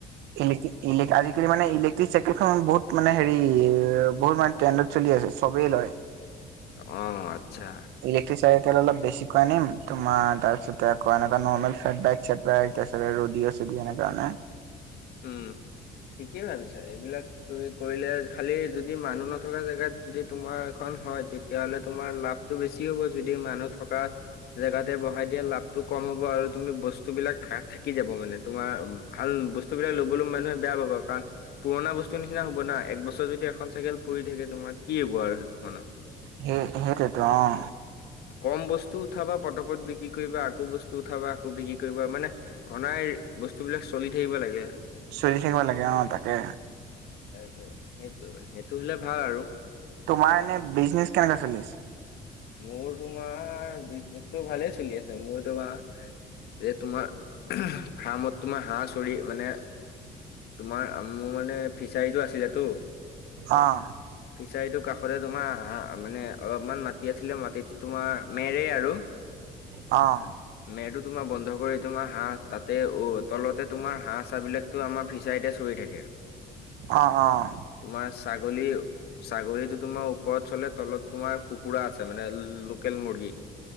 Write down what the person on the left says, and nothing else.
অ', আচ্ছা।
উম, ঠিকেই ভাবিছা এইবিলাক তুমি কৰিলে খালি যদি মানুহ নথকা জেগাত যদি তোমাৰ এখন হয়, তেতিয়াহ'লে তোমাৰ লাভ টো বেছি হ'ব যদি মানুহ থকা জেগাতে বঢ়াই দিয়া লাভটো কম হ'ব, আৰু তুমি বস্তু বিলাক থা থাকি যাব মানে তোমাৰ ভাল ব স্তুবিলাক ল'বলৈ মানুহে বেয়া পাব কাৰণ। পুৰণা বস্তুৰ নিচিনা হ'ব না, একবছৰ যদি এখন চাইকেল পৰি থাকে তোমাৰ কি হ'ব আৰু সেইদুখনৰ।
কম বস্তু উঠাবা, পতাপত বিক্ৰী কৰিবা, আকৌ বস্তু উঠাবা আকৌ বিক্ৰী কৰিব মানে ঘনাই বস্তুবিলাক চলি থাকিব লাগে।
তাকে সেইটো, সেইটো হ'লে ভাল আৰু।
মোৰ তোমাৰ বিজনেচটো ভালেই চলি আছে, মোৰ তোমাৰ এ' তোমাৰ ফাৰ্মত তোমাৰ হাঁহ চৰি মানে তোমাৰ, মোৰ মানে ফিচাৰীটো আছিলেতো।
ফিচাৰীটোৰ কাষৰে তোমাৰ হাঁ, মানে অলপমান মা ছিলে মাটিটো তোমাৰ মেৰে আৰু।
মেৰটো তোমাৰ বন্ধ কৰি তোমাৰ হাঁহ তাতে অ' তলতে তোমাৰ হাঁ <unintelligible> আমাৰ ফিচাৰীতে চৰি থাকে।
তোমাৰ ছাগলীও, ছাগলীতো তোমাৰ ওপৰত চলে তলত তোমাৰ কু কুকুৰা আছে মানে লোকেল মুৰ্গী।